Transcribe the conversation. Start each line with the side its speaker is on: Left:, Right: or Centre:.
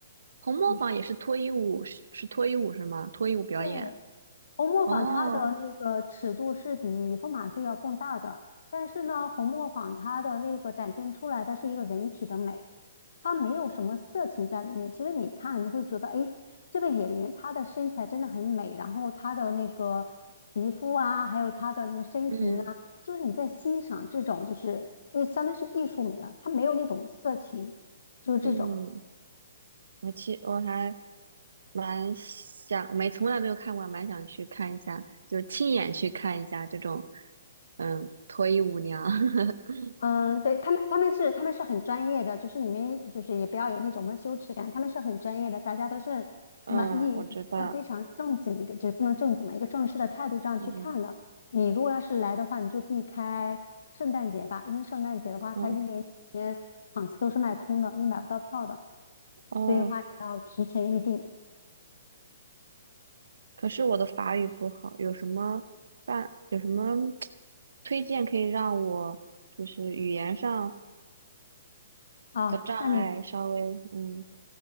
Right: 《红磨坊》也是脱衣舞，
Left: 你说
Right: 是是脱衣舞是吗？脱衣舞表演。
Left: 对。红磨坊它的那个尺度是比疯马秀要更大的，
Right: 哦，
Left: 但是呢，红磨坊它的那个展现出来的是一个人体的美，它没有什么色情在里面。其实你看了你会觉得，哎，这个演员她的身材真的很美，然后她的那个皮肤啊，还有她的那个身形啊，
Right: 嗯
Left: 就是你在欣赏这种，就是因为相当于是艺术美了，它没有那种色情，就是这种。
Right: 嗯，我其我还蛮想，没从来没有看过，蛮想去看一下，就是亲眼去看一下这种，嗯，脱衣舞娘。<laughs>
Left: 嗯，对，他们，他们是他们是很专业的，就是你们就是也不要有那种什么羞耻感，他们是很专业的，大家都是满意一个非常正经的一个，
Right: 嗯，我知道，
Left: 就是不能正经嘛，一个正式的态度这样去看的。
Right: 嗯
Left: 你如果要是来的话，你就避开圣诞节吧，因为圣诞节的话，它一连几天场次都是卖空的，
Right: 嗯
Left: 你买不到票的，
Right: 哦。
Left: 所以的话你要提前预定
Right: 可是我的法语不好，有什么办，有什么推荐可以让我就是语言上
Left: 啊。
Right: 的障碍稍微嗯，
Left: 那你